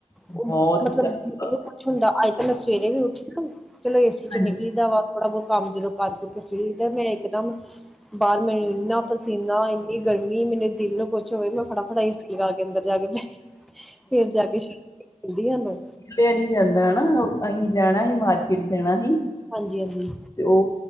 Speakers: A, on the left; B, in the centre.
A: ਬਹੁਤ
B: ਉਹ ਮਤਲਬ
A: ਜ਼ਿਆਦਾ,
B: ਕੁਛ ਹੁੰਦਾ ਅੱਜ ਤਾਂ ਮੈਂ ਸਵੇਰੇ ਵੀ ਉੱਠੀ ਚਲੋ ਏ ਸੀ
A: ਹਾਂਜੀ
B: ਚੋਂ ਨਿਕਲੀਦਾ ਵਾ ਥੋੜ੍ਹਾ ਬਹੁਤ ਕੰਮ ਜਦੋਂ ਕਰਕੁਰਕੇ ਫਰੀ ਹੁੰਦਾ ਮੈਂ ਇੱਕਦਮ
A: ਹ
B: ਬਾਹਰ ਮੈਨੂੰ ਇੰਨਾ ਪਸੀਨਾ ਇੰਨੀ ਗਰਮੀ ਮੇਰੇ ਦਿਲ ਨੂੰ ਕੁਛ ਹੋਵੇ ਮੈਂ ਫਟਾਫਟਾ ਹੀ ਸੀ ਲਗਾ ਕੇ ਅੰਦਰ ਜਾ ਕੇ ਫੇਰ ਜਾ ਕੇ ਦੀ ਹਾਂ ਨੂੰ।
A: ਨਹੀਂ ਜਾਂਦਾ ਨਾ। ਓ ਅਹੀ ਜਾਣਾ ਹੀ ਮਾਰਕੀਟ, ਜਾਣਾ ਹੀ।
B: ਹਾਂਜੀ ਹਾਂਜੀ
A: ਤੇ ਓ